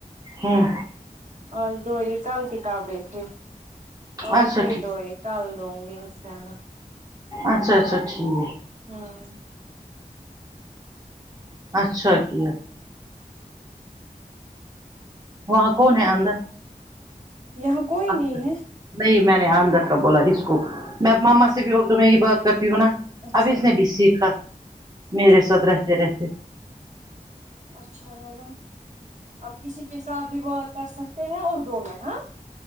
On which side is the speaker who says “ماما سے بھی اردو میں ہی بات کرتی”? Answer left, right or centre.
Right